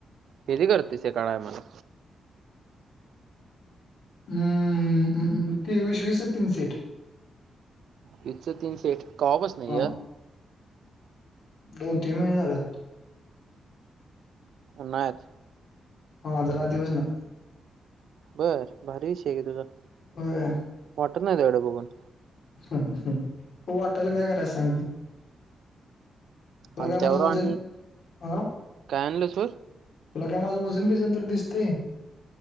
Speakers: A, on the right; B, on the left.
A: कीती करतेस? एका टायमला.
B: अमममममम ते विस वीसच तीन सेट.
A: वीसच तीन सेट कवापसनयर?
B: हा दोन तीन महिने झाले.
A: उन्हाळ्यात.
B: हा जरा आधी व्हय ना.
A: बर भारी विषय ग तुझा.
B: होय.
A: वाटत नाही तुयाकड बघून.
B: ह वाटाला काय कराय सांगते.
A: आण
B: काय माझं
A: त्यावर
B: वजन
A: आणि
B: हा
A: काय आणलं व्हय?
B: तुला काय माझं वजन बीजन तरी दिसतय.